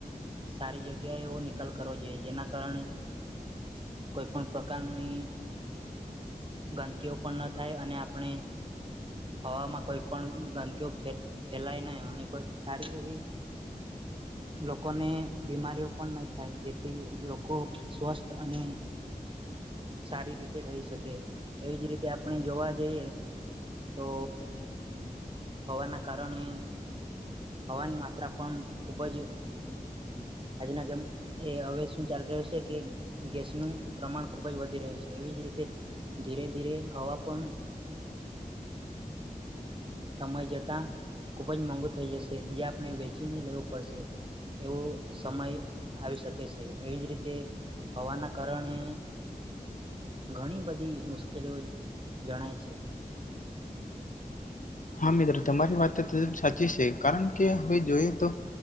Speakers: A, on the right (about 35°); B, on the left (about 60°).
A: સારી જગ્યા એ નિકાલ કરવો જોઈએ જેના કારણે કોઈ પણ પ્રકારની ગંદકીઓ પણ ન થાય અને આપણે હવામાં કોઈ પણ ગંદકીઓે ફે ફેલાય ન અને કોઈ સારી એવી લોકોને બીમારીઓ પણ ન થાય જેથી લોકો સ્વસ્થ અને સારી રીતે રહી શકે એવી જ રીતે આપણે જોવા જઈએ તો હવાના કારણે હવાની માત્રા પણ ખુબ જ આજના જ એ હવે શું ચાલી રહ્યું છે કે ગેસનું પ્રમાણ ખૂબ જ વધી રહ્યું છે એવી જ રીતે ધીરે ધીરે હવા પણ સમય જતા ખુબ જ મોંઘુ થઈ જશે જે આપણે વેચીને લેવું પડશે એવો સમય આવી શકે છે એવી જ રીતે હવાના કારણે ઘણી બધી મુશ્કેલીઓ જણાય છે.
B: હા મિત્ર તમારી વાત ત સાચી છે કારણ કે હવે જોઈએ તો